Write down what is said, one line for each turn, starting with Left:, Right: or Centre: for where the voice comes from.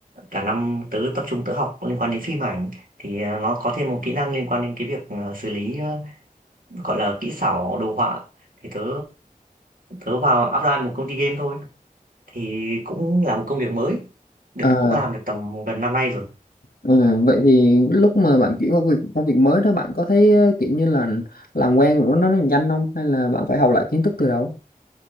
Right: cả năm tớ tập trung tớ học liên quan đến phim ảnh thì ờ, nó có thêm một kỹ năng liên quan đến cái việc ờ, xử lý ờ, gọi là kỹ xảo đồ họa thì tớ tớ vào apply một công ty game thôi thì cũng là một công việc mới được
Left: à
Right: cũng làm được tầm gần năm nay rồi
Left: Ừ, vậy thì lúc mà bạn chuyển qua việc công việc mới đó bạn có thấy ờ, kiểu như là làm quen với nó nó nhanh không hay là bạn phải học lại kiến thức từ đầu?